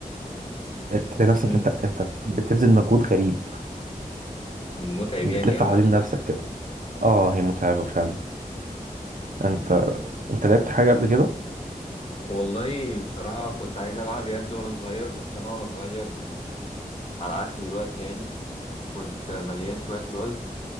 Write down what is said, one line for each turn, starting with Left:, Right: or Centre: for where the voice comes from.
Right: بتلاقي نفسك
Left: امم
Right: انت انت بتبذل مجهود غريب
Left: متعب
Right: بتلف
Left: يعني قوي
Right: حوالين
Left: قصدك
Right: نفسك كده اه هي متعبة فعلا انت
Left: امم
Right: انت لعبت حاجة قبل كده
Left: والله بصراحة كنت عايز ألعب يد وأنا صغير بس أنا وأنا صغير على عكس دلوقتي يعني كنت مليان شوية في الوزن